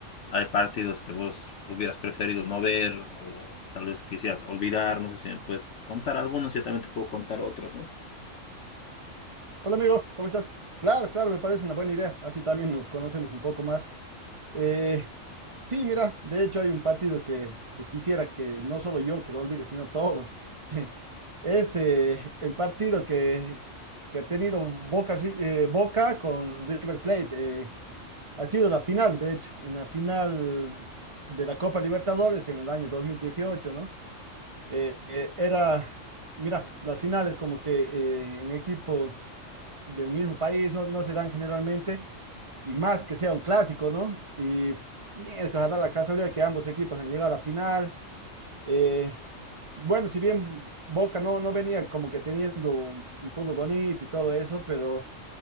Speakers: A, on the left (about 65°); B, on the right (about 30°).
A: hay partidos que vos hubieras preferido no ver o tal vez quisieras olvidar, no sé si me puedes contar algunos, yo también te puedo contar otros, ¿no?
B: Hola amigo, ¿cómo estás? Claro, claro, me parece una buena idea. Así también nos conocemos un poco más. Eh, sí, mira, de hecho hay un partido que, que quisiera que no solo yo que lo olvide, sino todos. <laughs> Es eh, el partido que, que ha tenido Boca, Ri- eh, Boca con River Plate. eh, ha sido la final, de hecho, una final de la Copa Libertadores en el año 2018, ¿no? Eh, eh, era, mira, las finales como que eh, en equipos de un mismo país no, no se dan generalmente, y más que sea un clásico, ¿no? Y miércoles da la casualidad que ambos equipos han llegado a la final. Eh, bueno, si bien Boca no, no venía como que teniendo un, un fútbol bonito y todo eso, pero